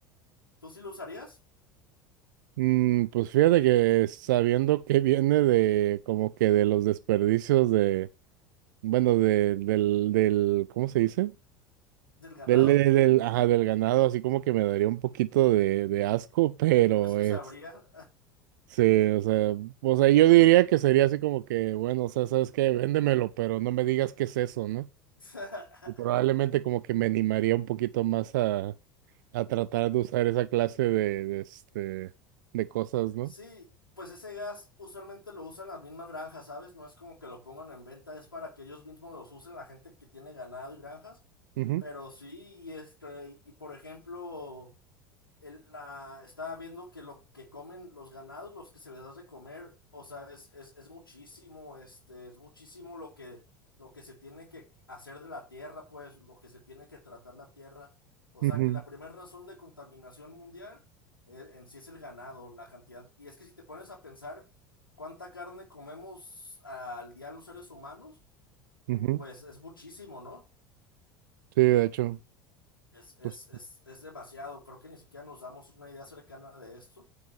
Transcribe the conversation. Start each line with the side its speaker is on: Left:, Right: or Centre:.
Left: ¿Tú sí lo usarías
Right: Mm, pues fíjate que sabiendo que viene de como que de los desperdicios de, bueno, de, del, del, ¿cómo se dice?
Left: del ganado?
Right: Del, del, del- ajá, del ganado, así como que me daría un poquito de, de asco, pero
Left: ¿Crees que
Right: es,
Left: sabría?
Right: sí, o sea, o sea, yo diría que sería así como que, bueno, o sea, ¿sabes qué? Véndemelo, pero no me digas qué es eso, ¿no?
Left: <laughs>
Right: Y Probablemente como que me animaría un poquito más a, a tratar de usar esa clase de, de, este, de cosas, ¿no?
Left: Sí, pues ese gas usualmente lo usan las mismas granjas, ¿sabes? No es como que lo pongan en venta, es para que ellos mismos los usen, la gente que tiene ganado y granjas.
Right: Ujú,
Left: Pero sí, y este, y por ejemplo el- la, estaba viendo que lo que comen los ganados, los que se les da de comer, o sea, es, es, es muchísimo, este, es muchísimo lo que, lo que se tiene que hacer de la tierra, pues, lo que se tiene que tratar la tierra. O
Right: ujú,
Left: sea, que la primera razón de contaminación mundial eh, en sí es el ganado, la cantidad. Y es que si te pones a pensar cuánta carne comemos al día los seres humanos,
Right: ujú.
Left: pues es muchísimo, ¿no?
Right: Sí, de hecho,
Left: Es, es,
Right: pues
Left: es, es demasiado. Creo que ni siquiera nos damos una idea cercana de esto.